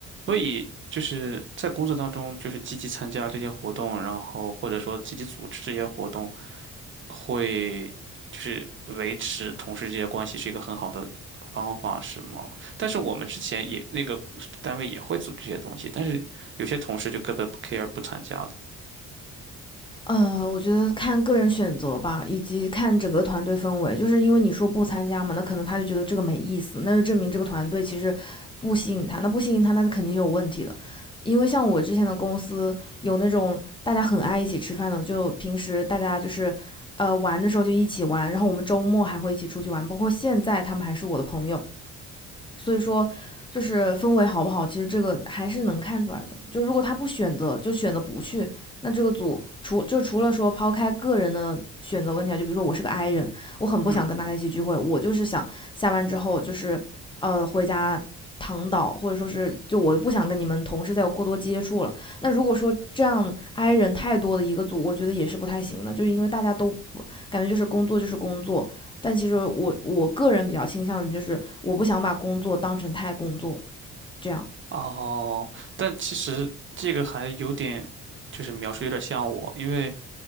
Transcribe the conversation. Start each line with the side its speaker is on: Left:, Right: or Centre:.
Right: 所以就是在工作当中，就是积极参加这些活动，然后或者说积极组织这些活动，会就是维持同事之间的关系是一个很好的方法，是吗？但是我们之前也那个单位也会组织这些东西，但是有些同事就根本不 care 不参加的。
Left: 呃，我觉得看个人选择吧，以及看整个团队氛围。就是因为你说不参加嘛，那可能他就觉得这个没意思，那就证明这个团队其实不吸引他。那不吸引他，那肯定有问题的。因为像我之前的公司有那种大家很爱一起吃饭的，就平时大家就是呃玩的时候就一起玩，然后我们周末还会一起出去玩，包括现在他们还是我的朋友。所以说，就是氛围好不好，其实这个还是能看出来的。就如果他不选择，就选择不去，那这个组除就除了说抛开个人的选择问题啊，就比如说我是个 I 人，我很不想跟大家一起聚会，
Right: 嗯
Left: 我就是想下班之后就是呃回家躺倒，或者说是就我不想跟你们同事再有过多接触了。那如果说这样 I 人太多的一个组，我觉得也是不太行的，就是因为大家都不感觉就是工作就是工作，但其实我我个人比较倾向于就是我不想把工作当成太工作这样。
Right: 哦，但其实这个还有点，就是描述有点像我，因为